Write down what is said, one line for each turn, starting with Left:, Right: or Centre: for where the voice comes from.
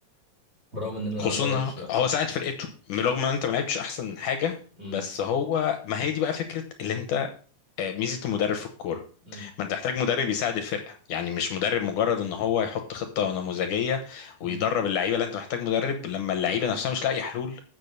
Right: برغم اننا لعبنا
Left: خصوصا
Right: ماتش
Left: إن هو ساعد فرقته رغم ان انت ما لعبتش احسن حاجه
Right: امم
Left: بس هو ما هي دي بقى فكره اللي انت آه، ميزه المدرب في الكوره
Right: امم
Left: ما انت تحتاج مدرب يساعد الفرقه يعني مش مدرب مجرد ان هو يحط خطه نموذجيه ويدرب
Right: امم
Left: اللعيبه لا انت محتاج مدرب لما اللعيبه نفسها مش لاقي حلول